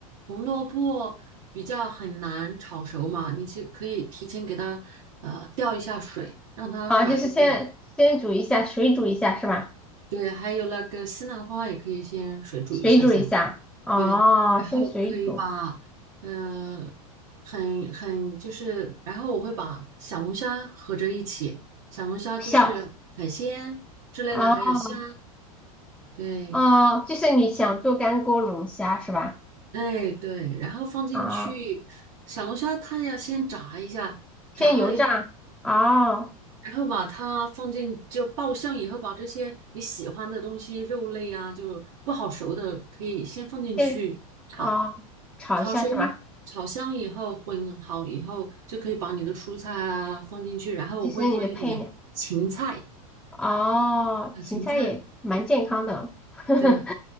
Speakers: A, on the right; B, in the centre.
A: 红萝卜，比较很难炒熟嘛，你就可以提前给它呃吊一下水，让它软一点。
B: 啊，就是先先煮一下，水煮一下是吧？
A: 对，还有那个西兰花也可以先水煮一下下。
B: 水煮一下，哦，
A: 对，然后可以把，
B: 先水煮，
A: 呃，很很就是，然后我会把小龙虾合着一起，小龙虾就是海鲜之类的，
B: 小，哦
A: 还有虾，对，
B: 哦，就是你想做干锅龙虾是吧？
A: 哎对，然后放进去，
B: 啊、
A: 小龙虾它要先炸一下，
B: 先油炸，
A: 炸了以后，
B: 哦，
A: 然后把它放进就爆香以后，把这些你喜欢的东西，肉类啊，就不好熟的可以先放进去炒。
B: 先哦，炒一下是吧？
A: 炒熟、炒香以后，混好以后，就可以把你的蔬菜啊放进去，然后我会放一点芹菜，
B: 就是你的配料，哦，
A: 小芹菜，
B: 芹菜也蛮健康的，<laughs>
A: 对